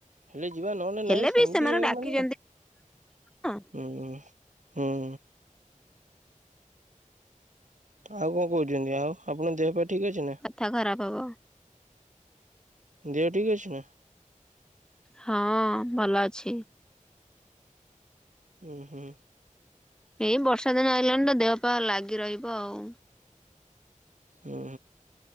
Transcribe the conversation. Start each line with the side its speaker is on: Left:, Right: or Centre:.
Right: ହେଲେ ଯିବା ନହେଲେ ନାଇଁ
Centre: ହେଲେ
Right: ସେମିତି
Centre: ବି ସେମାନେ ଡାକିଛନ୍ତି
Right: ମାନେ ହୁଁ।
Centre: ନା
Right: ହୁଁ। ଆଉ କଣ କହୁଛନ୍ତି ଆଉ ଆପଣଙ୍କ ଦେହ ପାଇଁ ଠିକ ଅଛି ନା?
Centre: କଥା ଖରାପ ହବ
Right: ଦେହ ଠିକ ଅଛ ନା?
Centre: ହଁ ଭଲ ଅଛି।
Right: ହୁଁ ହୁଁ।
Centre: ଏଇ ବର୍ଷା ଦିନ ଆଇଲାଣି ତ ଦେହ ପା ଲାଗି ରହିବ ଆଉ।
Right: ହୁଁ